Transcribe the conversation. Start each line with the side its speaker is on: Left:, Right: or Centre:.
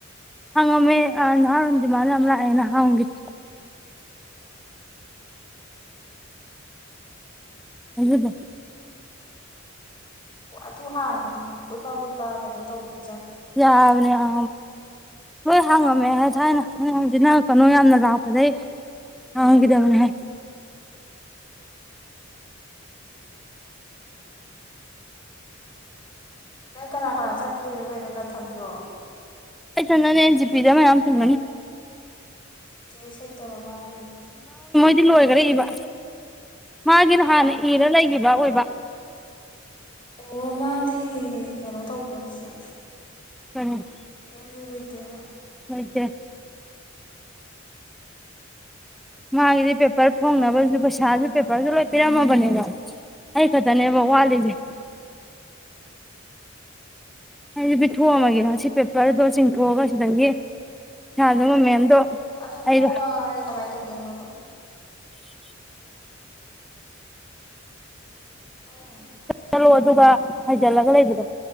Centre: ꯍꯉꯃꯦ ꯑ ꯅꯥꯟꯗ ꯃꯥꯅꯝꯂ ꯌꯦꯅ ꯍꯥ ꯍꯒꯗ ꯑꯗꯨꯗ
Left: ꯑꯣ ꯑꯗꯨ ꯍꯥꯡꯉꯗꯤ ꯎꯠꯄ ꯐꯠꯄ ꯀꯩꯅꯣ ꯇꯧꯕꯅꯦ
Centre: ꯌꯥꯕꯅꯦ ꯑ ꯍꯣꯏ ꯍꯥꯡꯉꯝꯃꯦ ꯍꯥꯏꯗꯤ ꯍꯥꯏꯅ ꯍꯪ ꯍꯪꯁꯤ ꯅꯪ ꯀꯩꯅꯣ ꯌꯥꯝꯅ ꯂꯥꯛꯄꯗꯒꯤꯩ
Left: ꯍꯣꯏ
Centre: ꯍꯗꯕꯅ ꯍꯥꯏ
Left: ꯅꯪ ꯀꯅꯥ ꯀꯅꯥ ꯆꯠꯇꯣꯏꯅꯣ ꯀꯩꯅꯣ ꯅꯊꯟꯗ꯭ꯔꯣ
Centre: ꯑꯩ ꯆ ꯅꯅꯦꯖꯤ ꯄꯗꯦ ꯃꯌꯥꯝ ꯇꯃꯅꯤ
Left: ꯆꯦꯁ ꯍꯥꯏ ꯇꯕꯣ ꯕꯦ
Centre: ꯗꯤ ꯂꯣꯏꯈꯔꯦ ꯏꯕ ꯃꯥꯒꯤꯅ ꯍꯥꯟꯅ ꯏꯔ ꯂꯩꯈꯤꯕ꯭ꯔ ꯑꯣꯏꯕ
Left: ꯑꯣ ꯃꯥꯗꯤ ꯀꯩꯅꯣ ꯇꯧꯕ꯭ꯔꯣ ꯁꯤꯁꯦ
Centre: ꯎꯝ
Left: ꯌꯦ ꯂ ꯌꯔꯇꯌꯥꯕ
Centre: ꯍꯣꯏꯗ ꯃꯥꯒꯤꯗꯤ ꯄꯦꯄꯔ ꯐꯣꯡꯅꯕꯁꯨ ꯄꯩꯁꯥꯁꯨ ꯄꯦꯄꯔꯁꯨ ꯂꯣꯏ ꯄꯤꯔꯝꯃꯕꯅꯦꯕ ꯑꯩ ꯈꯛꯇꯅꯦꯕ ꯋꯥꯠꯂꯤꯁꯦ ꯑꯩꯁꯤ ꯄꯤꯊꯣꯛꯑꯝꯃꯒꯦ ꯁꯤ ꯄꯦꯄꯔꯗꯣ ꯆꯤꯡꯊꯣꯛꯑꯒ ꯁꯤꯗꯒꯤ ꯁꯥ ꯑꯗꯨ ꯃ ꯃꯦꯝꯗꯣ
Left: ꯑꯗꯨ ꯐꯣꯒ
Centre: ꯑꯩꯗꯣ
Left: ꯑꯩ ꯀꯃꯥꯏꯅ ꯇꯧꯗꯣꯏꯅꯣꯕ ꯎꯝ
Centre: ꯆ ꯑꯗꯨꯒ ꯍꯥꯏꯖꯤꯜꯂꯒ ꯂꯩꯕꯗꯣ